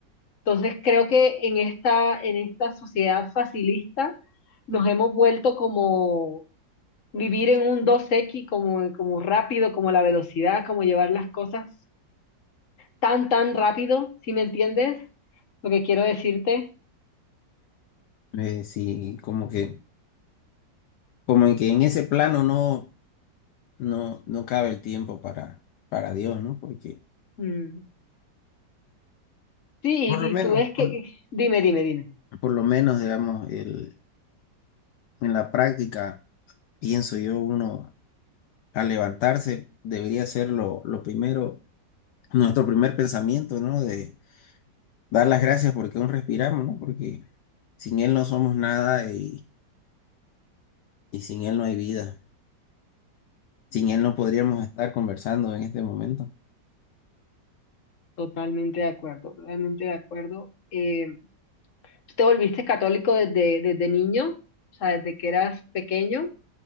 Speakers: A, on the left; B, on the left.
A: Entonces creo que en esta, en esta sociedad facilista nos hemos vuelto como vivir en un dos x como, como rápido, como la velocidad, como llevar las cosas tan, tan rápido, si me entiendes? Lo que quiero decirte.
B: Eh, sí, como que, como en que en ese plano no, no, no cabe el tiempo para, para Dios, ¿no? Porque
A: Mm, Sí, y,
B: por lo menos,
A: y tú ves que...
B: por,
A: Dime, dime, dime.
B: Por lo menos, digamos, el, en la práctica, pienso yo, uno al levantarse debería ser lo, lo primero, nuestro primer pensamiento, ¿no? De dar las gracias porque aún respiramos, ¿no? Porque sin él no somos nada y, y sin él no hay vida. Sin él no podríamos
A: Sí,
B: estar conversando en este momento.
A: totalmente de acuerdo, totalmente de acuerdo. Eh, ¿tú te volviste católico desde, desde niño? O sea, desde que eras pequeño.